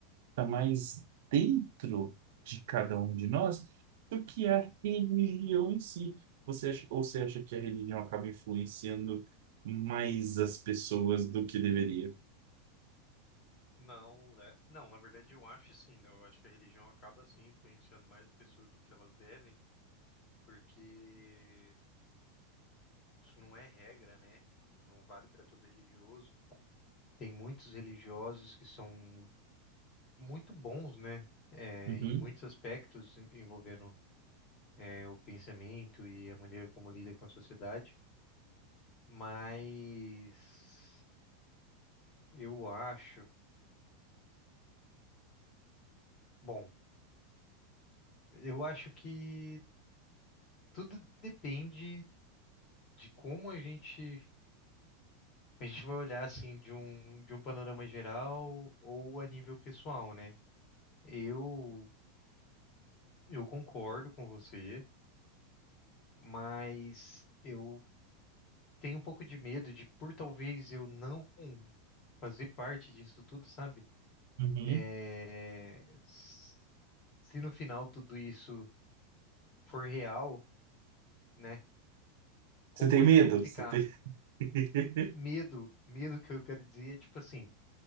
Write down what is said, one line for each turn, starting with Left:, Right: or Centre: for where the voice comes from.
Right: está mais dentro de cada um de nós do que a religião em si. Você acha, ou você acha que a religião acaba influenciando mais as pessoas do que deveria?
Left: Não, le- não, na verdade eu acho sim, né? Eu acho que a religião acaba sim influenciando mais as pessoas do que elas devem, porque isso não é regra, né? Não vale para todo religioso. Tem muitos religiosos que são muito bons, né? É,
Right: Uhum,
Left: em muitos aspectos en- envolvendo é, o pensamento e a maneira como lida com a sociedade, mas eu acho, bom, eu acho que tudo depende. de como a gente a gente vai olhar assim de um de um panorama geral ou a nível pessoal, né? Eu eu concordo com você, mas eu tenho um pouco de medo de por talvez eu não fazer parte disso tudo, sabe?
Right: uhum.
Left: É, s- se no final tudo isso for real, né? Como
Right: Você tem
Left: é
Right: medo?
Left: que eu vou ficar?
Right: Você tem... <laughs>
Left: Medo, medo que eu quero dizer é tipo assim